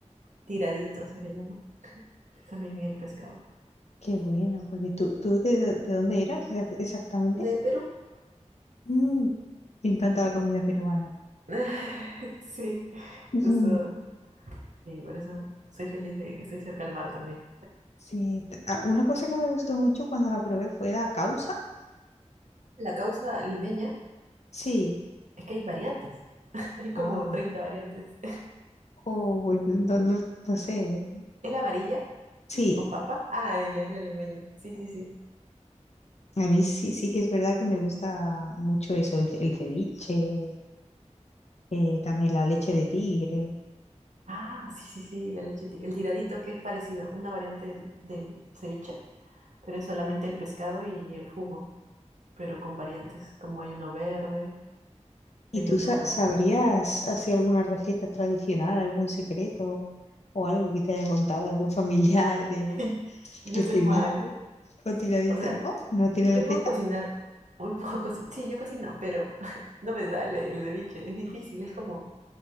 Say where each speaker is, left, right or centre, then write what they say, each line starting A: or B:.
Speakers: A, on the right (about 80°); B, on the left (about 65°).
A: tiradito, se le llama también el pescado.
B: qué bueno, porque tú, ¿tú de, do- de dónde eras exac- exactamente?
A: de Perú.
B: Mm, me encanta la comida peruana.
A: <laughs> Sí,
B: Ujú,
A: eso, sí, por eso soy feliz de que estoy cerca al mar también.
B: sí, t- ah, una cosa que me gustó mucho cuando la probé fue la causa.
A: La causa limeña
B: Sí,
A: es que hay variantes, <laughs> hay como
B: ah,
A: 30 variantes.
B: oh, pues, no, no- no sé. ¿eh?
A: <laughs> ¿Es la amarilla
B: Sí.
A: con papa? Ah, ella es la limeña, sí, sí, sí.
B: A mí sí, sí que es verdad que me gusta mucho eso, el, el ceviche, eh, también la leche de tigre.
A: Ah, sí, sí, sí, la leche ti- El tiradito que es parecido, una variante del, del ceviche, pero es solamente el pescado y el jugo, pero con variantes, como hay uno verde,
B: ¿Y
A: hay
B: tú
A: uno...
B: sa- sabrías así alguna receta tradicional, algún secreto o algo que te haya contado algún familiar de,
A: <laughs> Yo
B: de ceviche
A: soy mala.
B: o tiradito?
A: O sea,
B: ¿No? ¿No tiene
A: Yo
B: receta?
A: puedo cocinar, un <laughs> poco sí, sí, yo cocino, pero <laughs> no me sale el ceviche, es difícil, es como,